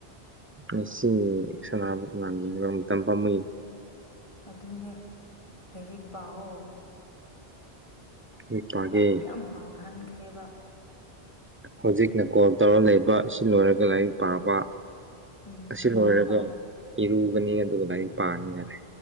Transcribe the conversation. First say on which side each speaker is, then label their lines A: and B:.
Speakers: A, on the right (about 20°); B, on the left (about 30°).
A: ꯉꯆ ꯁꯅꯥꯅꯕ ꯀꯅꯥ ꯌꯦꯕ ꯃꯇꯝ ꯄꯥꯝꯃꯏ
B: ꯑꯗꯨꯅꯦ ꯂꯥꯏꯔꯤꯛ ꯄꯥꯛꯑꯣ
A: ꯂꯥꯏꯔꯤꯛ ꯄꯥꯒꯦ
B: ꯃꯇꯝ ꯌꯥꯝ ꯃꯥꯡꯍꯟꯈ꯭ꯔꯦꯕi
A: ꯍꯧꯖꯤꯛꯅ ꯀꯣꯜ ꯇꯧꯔ ꯂꯩꯕ ꯑꯁꯤ ꯂꯣꯏꯔꯒ ꯂꯥꯏꯔꯤꯛ ꯄꯥꯕ
B: ꯎꯝ
A: ꯑꯁꯤ
B: ꯄꯥꯎ
A: ꯂꯣꯏꯔꯒ
B: ꯄꯥꯎ
A: ꯏꯔꯨꯒꯅꯤ ꯑꯗꯨꯒ ꯂꯥꯏꯔꯤꯛ ꯄꯥꯅꯤ ꯌꯥꯔꯦ